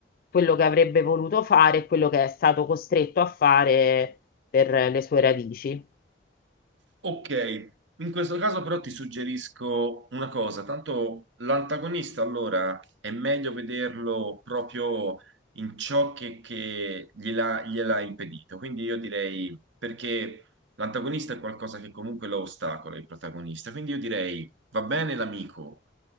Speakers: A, on the left; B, on the right.
A: quello che avrebbe voluto fare e quello che è stato costretto a fare per le sue radici.
B: Ok, in questo caso però ti suggerisco una cosa, tanto l'antagonista allora è meglio vederlo proprio in ciò che, che gliela, gliela ha impedito, quindi io direi perché l'antagonista è qualcosa che comunque lo ostacola, il protagonista, quindi io direi va bene l'amico,